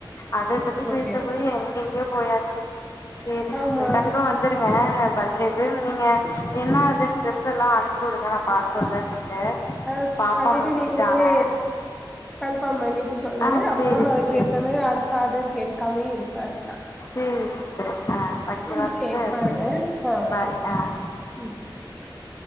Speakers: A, on the left; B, in the centre.
A: அத பத்தி
B: ஓகே
A: பேச போயி எங்கெங்கயோ போயாச் சி சேரி
B: ஆமா
A: சிஸ்டர் கண்டிப்பா வந் துருங்க பர்த்டேக்கு நீங்க என்னாதுன்னு ட்ரெஸ் எல்லா அனுப்பி விடுங்க நா பாத் சொல்றே சிஸ்டர்
B: ஆ
A: பாப்பா
B: பண்ணிட்டு
A: முழிச்சுட்டாங்க
B: நீங்ளே மே கன்ஃபாம் பண்ணிட்டு சொல்லுங்க
A: ஆ
B: அப்பதா
A: சேரி
B: நா அதுக்கேத்த
A: சிஸ்டர்
B: மாரி அடுத்த ஆடர்ஸ் எடுக்காமே இரு அத்தா
A: சேரி சிஸ்டர் ஆ வைக்கவா
B: ம்
A: சிஸ்டர்
B: சேரி பாருங்க ஆ ஓகே
A: பாய் ஆ
B: ம்